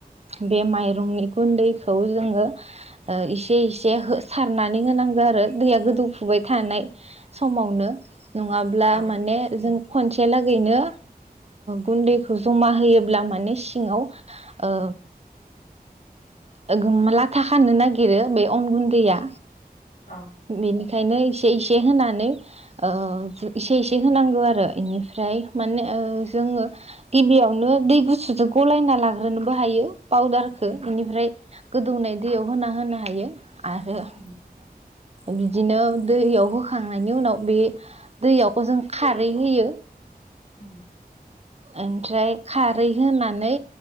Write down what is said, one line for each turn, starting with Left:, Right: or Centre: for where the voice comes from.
Right: बे माइरंनि गुन्दैखौ जोङो इसे इसे हो सारनानै हो नांगौ आरो दैया गोदौफुबाय थानाय समावनो नङाब्ला
Left: औ
Right: माने जों खन लागैनो गुन्दैखौ जमा होयोब्ला माने सिङाव ओ
Left: <unintelligible>
Right: लाथा खानानो नागिरो बे अन गुन्दैया
Left: औ
Right: बेनि खायनो इसे इसे होनानै ओ इसे इसे होनांगौ आरो इनिफ्राय माने ओ जोङो गिबियावनो दै गुसुजों गलायना लाग्रोनोबो हायो पावदारखो
Left: उम
Right: एनिफ्राय गोदौनाय दैयाव होना होनो हायो आरो
Left: उम
Right: बिदिनो दैयाव होखांनायनि उनाव बे दैयाव जों खारै होयो
Left: उम
Right: ओमफ्राय खारै होनानै